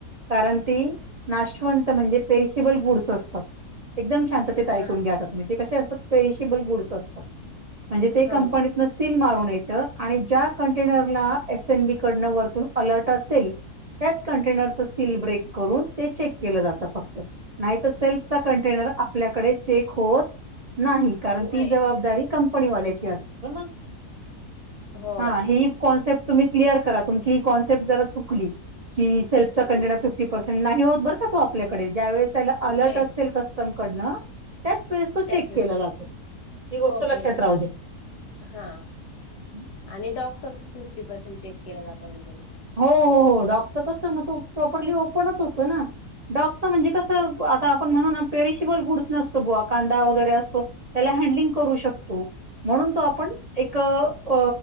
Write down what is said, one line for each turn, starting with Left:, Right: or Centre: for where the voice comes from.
Right: कारण ती नाशवंत म्हणजे पेशबल बूड्स असतात. एकदम शांततेत
Left: हा
Right: ऐकून घ्या, आता तुम्ही ते कसे असतात पेईशीबल बुड्स असतात. म्हणजे ते
Left: हा
Right: कंपनीतन सील मारून येतं आणि ज्या कंटेनरला एस एन बी कडनं वरतून अलर्ट असेल, त्याच कंटेनरच सील ब्रेक करून ते चेक केलं जातं फक्त. नाही तर सेल्फचा कंटेनर आपल्याकडे चेक होत नाही, कारण
Left: नाही
Right: ती जबाबदारी कंपनी वाल्याची असते.
Left: हो
Right: हा ही कॉन्सेप्ट तुम्ही क्लिअर करा, तुमची ही कॉन्सेप्ट जरा चुकली. की
Left: हं.
Right: सेल्फचा कंटेड फिफ्टी पर्सेंट नाही होत बरं का तो आपल्याकडे, ज्या वेळेस त्याला अलर्ट
Left: नाही
Right: असेल कस मी कडनं त्याच वेळेस तो
Left: त्याच
Right: चेक केला जातो, ही गोष्ट
Left: ओके
Right: लक्षात राहु दे.
Left: हा
Right: हं.
Left: आणि डॉकचा फिफ्टी पर्सेंट चेक केला जातं म्हणजे मग
Right: हो हो हो डॉकचं कस मग तो प्रॉपरली ओपनच होतं ना. डॉकचा म्हणजे कसं, आता आपण म्हणून ना पेरिशिबल बुड्स नसतो बुवा कांदा वगैरे असतो त्याला हँडलिंग करू शकतो, म्हणून तो आपण एक क